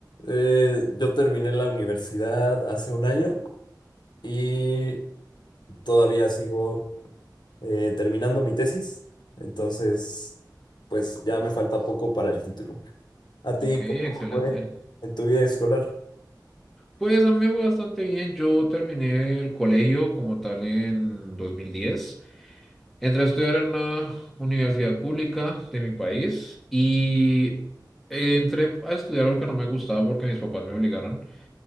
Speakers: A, on the left; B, in the centre.
A: Eh, yo terminé la universidad hace un año y todavía sigo eh, terminando mi tesis, entonces pues ya me falta poco para el título. ¿A ti
B: Ok,
A: cómo
B: excelente.
A: fue en tu vida escolar?
B: Pues a mí me fue bastante bien. Yo terminé el colegio como tal en 2010. Entré a estudiar en una universidad pública de mi país y eh, entré a estudiar algo que no me gustaba porque mis papás me obligaron.